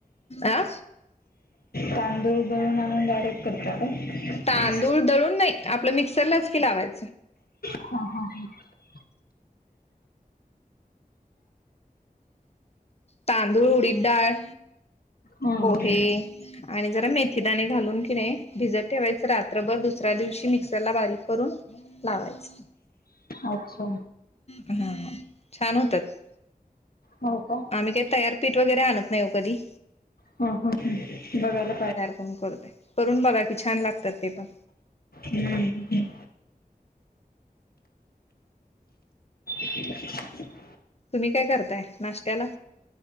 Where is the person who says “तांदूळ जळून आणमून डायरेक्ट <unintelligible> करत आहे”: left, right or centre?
Left